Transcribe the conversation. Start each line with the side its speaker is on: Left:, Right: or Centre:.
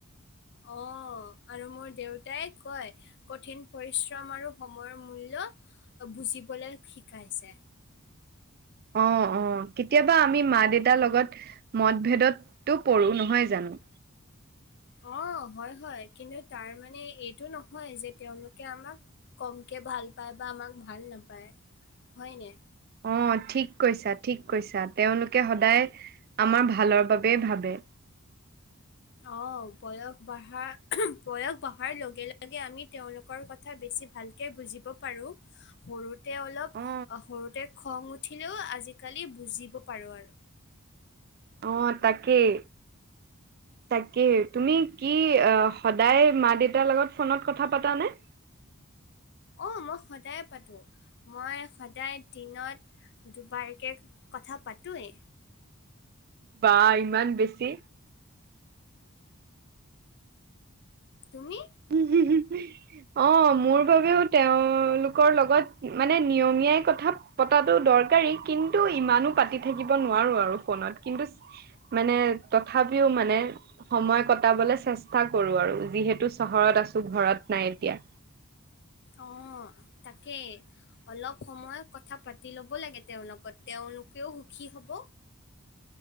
Left: অ'। আৰু মোৰ দেউতাই কয়, কঠিন পৰিশ্ৰম আৰু সময়ৰ মূল্য বুজিবলৈ শিকাইছে।
Right: অ', অ', কেতিয়াবা আমি মা দেউতাৰ লগত মতভেদতো পৰোঁ, নহয় জানো?
Left: অ', হয়-হয়। কিন্তু তাৰ মানে এইটো নহয় যে তেওঁলোকে আমাক কমকে ভাল পায় বা আমাক ভাল নেপায়, হয়নে?
Right: অ', ঠিক কৈছা- ঠিক কৈছা। তেওঁলোকে সদায় আমাৰ ভালৰ বাবে ভাবে।
Left: অ', বয়স বঢ়া- বয়স বঢ়াৰ লগে-লগে আমি তেওঁলোকৰ কথ কথা বেছি ভালকে বুজিব পাৰোঁ। সৰুতে অলপ
Right: অ
Left: সৰুতে খং উঠিলেও আজিকালি বুজিব পাৰোঁ আৰু।
Right: অ', তাকেই। তাকে তুমি কি অ, সদায় মা- দেউতাৰ লগত ফোনত কথা পতা নে?
Left: অ', মই সদায়ে পাতোঁ। মই সদায় দিনত দুবাৰকে কথা পাতোয়ে।
Right: বা ইমান বেছি?
Left: তুমি?
Right: উম-উম <unintelligible> অ', মোৰ বাবেও তেওঁলোকৰ লগত মানে নিয়মীয়াই কথা পতাটো দৰকাৰী কিন্তু ইমানো পাতি থাকিব নোৱাৰো আৰু ফোনত কিন্তু মানে তথাপিও মানে সময় কটাবলে চেষ্টা কৰোঁ আৰু যিহেতু চহৰত আছোঁ ঘৰত নাই এতিয়া।
Left: অ', তাকেই। অলপ সময় কথা পাতি ল'ব লাগে তেওঁলগত, তেওঁলোকেও সুখী হ'ব।